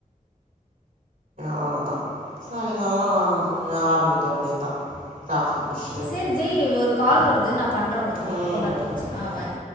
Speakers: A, on the right; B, on the left.
A: அவ்வளவுதா <unintelligible> ஆரம்பிக்க வேண்டியதுதா காபி குஷ்
B: சரி ஜெய் ஒரு கால் வருது நா அப் பண்ற உங்களுக்கு
A: ம்
B: கொன்னரோ
A: ஓகே
B: கழிச்சு
A: ஓகே
B: ஆ பாய்